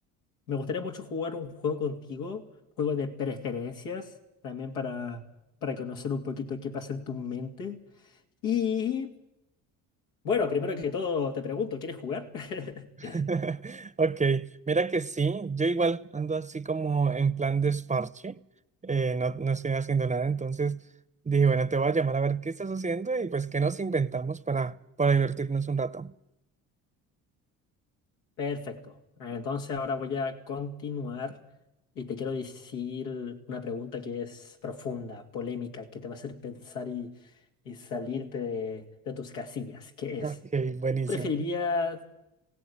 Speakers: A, on the left; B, on the right.
A: me gustaría mucho jugar un juego contigo, juego de preferencias, también para, para conocer un poquito qué pasa en tu mente. Y bueno, primero que todo te pregunto, ¿quieres jugar? <laughs>
B: <laughs> Ok, mira que sí, yo igual ando así como en plan desparche, eh, no, no estoy haciendo nada, entonces dije, bueno, te voy a llamar a ver qué estás haciendo y pues qué nos inventamos para, para divertirnos un rato.
A: Perfecto. Ah, Entonces ahora voy a continuar y te quiero decir una pregunta que es profunda, polémica, que te va a hacer pensar y, y salirte de, de tus casillas, que es,
B: Ok, buenísimo.
A: ¿tú preferirías,